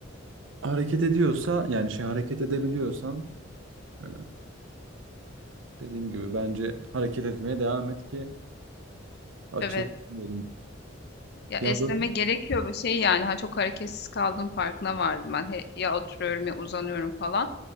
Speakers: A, on the right (about 70°); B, on the left (about 55°).
A: hareket ediyorsa yani şey hareket edebiliyorsan e, dediğim gibi bence hareket etmeye devam et ki açılsın.
B: Evet,
A: diyelim.
B: ya,
A: Ya
B: esneme
A: böyle
B: gerekiyor ve şey, yani, ha, çok hareketsiz kaldığım farkına vardım ben. He ya oturuyorum ya uzanıyorum falan.